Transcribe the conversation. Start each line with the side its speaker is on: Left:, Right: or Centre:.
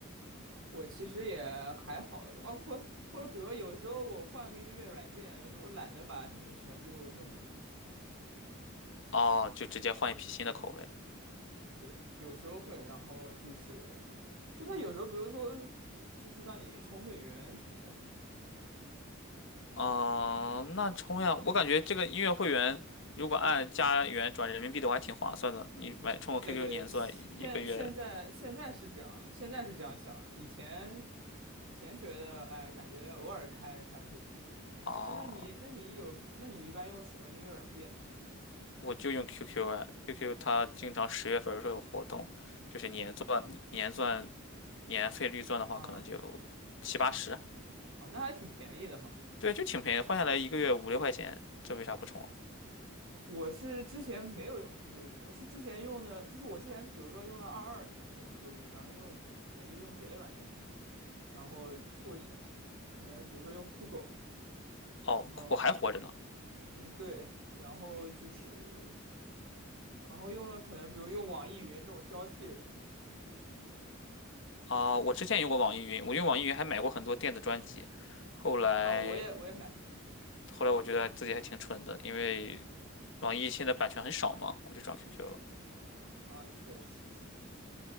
Right: 我其实也还好哦，或或者比如说有时候我换个音乐软件，我懒得把它们全部弄过来的时候，
Left: 哦，就直接换一批新的口味。
Right: <laughs> 对，有时候会，然后就是就他有时候，比如说就是让你充会员什么的，
Left: 哦、那充呀！我感觉这个音乐会员如果按加元转人民币的话，还挺划算的。你买充个
Right: 对对，
Left: QQ 年钻，
Right: 现现在现在是这样，
Left: 一个月
Right: 现在是这样想的。以前以前觉得，哎，感觉偶尔开开会员嘛。
Left: 啊？
Right: 哎，那你那你有那你一般用什么音乐软件呢？
Left: 我就用 QQ 啊 q q 它经常十月份的时候有活动，就是年钻、年钻、年费率钻的话，
Right: 嗯，
Left: 可能就七八十。
Right: 哦，那还挺便宜的哈。
Left: 对，就挺便宜，换下来一个月五六块钱，这为啥不充啊？
Right: 我是之前没有用 QQ 音乐，我是之前用的，就是我之前是比如说用了二二年用 QQ 音乐，然后用了可能就用别的软件去了，然后就是我一可能比如说用酷狗，
Left: 哦，
Right: 然后
Left: 我还活着呢。
Right: 嗯对，然后就是。然后用了可能比如用网易云这种交替着用。
Left: 啊、我之前用过网易云，我用网易云还买过很多电子专辑，后来
Right: 啊，我也我也买过
Left: 后来我觉得自己还挺蠢的，因为网易现在版权很少嘛，我就转 QQ 了。
Right: 啊，确实是的。